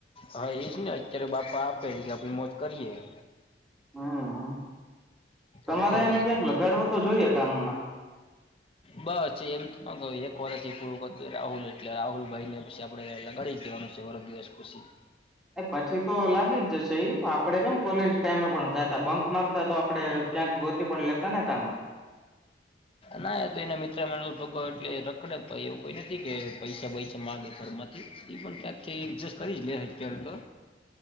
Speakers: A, on the left; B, in the centre.
A: હા એજ ને અત્યારે બાપા આપે કે આપડી મોજ કરીએ
B: હમ તમારે
A: અત્યારે
B: એને ક્યાંક લગાડવો તો જોઈએ કામ
A: બસ એમ એક વર્ષ ઈ પૂરું કરીદે રાહુલ એટલે રાહુલ ભાઈ ને પછી આપણે લગાડી જવાનું છે વર્ગ દિવસ પછી
B: એ પછી તો લાગી જ જશે આપડે કેમ કોલેજ ટાઈમે પણ જાતા બંક મારતા તો આપડે ક્યાંક ગોતી પણ લેતા ને કામ
A: ના તો એના મિત્ર મ થો એટલે રખડે એવું કોઈ નથી કે પૈસા પૈસા માગે ઘર માંથી એ પણ ત્યાંકથી એડજસ્ટ કરી જ લે અત્યારે તો